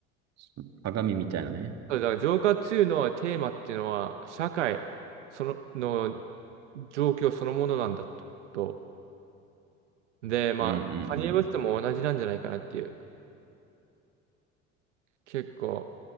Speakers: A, on the right (about 50°); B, on the right (about 85°).
A: そう鏡みたいなね。
B: そう、だから浄化2のテーマっていうのは、社会その、の状況そのものなんだと。で、まあ、
A: うんうん
B: カニエ・ウェストも同じなんじゃないかなっていう。結構。